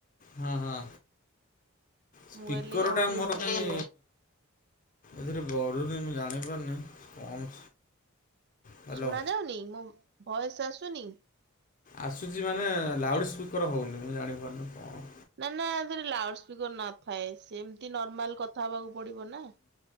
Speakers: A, on the left; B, on the right.
A: ହଁ ହଁ ସ୍ପିକରଟା
B: ମୁଁ କହିଲି ହଉ ଟିକେ
A: ମୋର କାହିଁ
B: ବୁଝିଦବା।
A: ଏଥିରେ ବଢୁନି ମୁଁ ଜାଣିପାରୁନି କଣ ହ୍ୟାଲୋ
B: ଶୁଣା ଯାଉନି ମୋ ଭଏସ୍ ଆସୁନି?
A: ଆସୁଚି ମାନେ ଲାଉଡ଼୍ ସ୍ପିକର୍ ହଉନି ମୁଁ ଜାଣିପାରୁନି କଣ
B: ନା ନା ଆଧେରେ ଲାଉଡ୍ ସ୍ପିକର୍ ନଥାଏ ସେମ୍ତି ନର୍ମାଲ୍ କଥା ହବାକୁ ପଡିବ ନା।